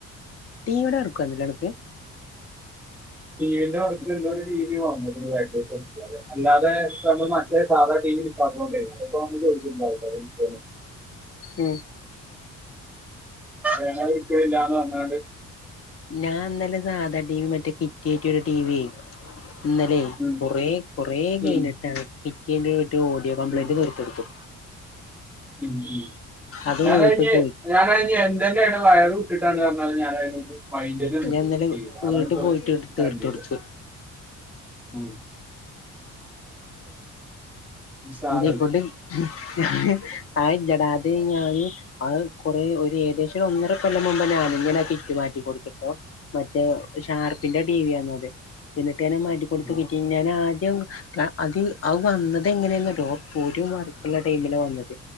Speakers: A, on the left; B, in the centre.
A: ടീവ്ടെ വർക്ക്വായ്ര്ന്നില്ലെ എടക്ക്
B: ടീവിന്റെ വർക്ക് ഇന്നൊരു ടീവി വാന്ന്ക്ക്ണു <unintelligible> അല്ലാതെ പ്പ മ്മള് മറ്റേ സാധാ ടീവി അപ്പാമ്മി അപ്പാമ്മി ചോയച്ച്ര്ന്നു ആൾക്കാരെ <unintelligible>
A: ഉം
B: ഞങ്ങള്ട്ക്ക്ണ്ല്ലാന്ന് പർഞ്ഞാണ്ട്
A: ഞാന് ഇന്നലെ സാധാ ടീമ് മറ്റേ പി കേറ്റിയൊരു ടി വിയേ ഇന്നലെ
B: ഉം,
A: കൊറേ കുറേ കഴിഞ്ഞിട്ടാണ്
B: ഉം,
A: കിക്കി ഒരു ഓഡിയോ കംപ്ലയിന്റ്
B: ഉം,
A: തീർത്തൊട്ത്തു
B: ഉം ഉം
A: അത്
B: ഞാനയിഞ്ഞേ
A: വീട്ടിൽ പോയി
B: ഞാനയിഞ്ഞേ <unintelligible> വയറ് വിട്ട്ട്ടാണ്റഞ്ഞാലും ഞറായി അയിന്റെത് <unintelligible>
A: ഞാൻ ഇന്നലെ
B: അതാണ്പ്പോ
A: വീട്ടിൽ പോയിട്ട് തീർത്ത്
B: കണ്ടീഷൻ
A: കൊടുത്തു
B: ഉം
A: <unintelligible>
B: സാറല്ലേ
A: ഇതിനെക്കൊണ്ട് ഞാ അത് ഇല്ലടാ അത് ഞാന് അത് കുറെ ഒര് ഏകദേശം ഒന്നര കൊല്ലം മുമ്പ് ഞാനിങ്ങനെ ചിറ്റ്മാറ്റി കൊട്ത്ത്ട്ടോ മറ്റേ ഷാർപ്പിന്റെ ടി വി ആണത് പിന്നെ ഇങ്ങനെ
B: ഉം,
A: <unintelligible> <unintelligible> അത് ആ വന്നത് എങ്ങനെയന്നറിയോ പോരവറക്കുള്ള ടൈമിലെ വന്നത്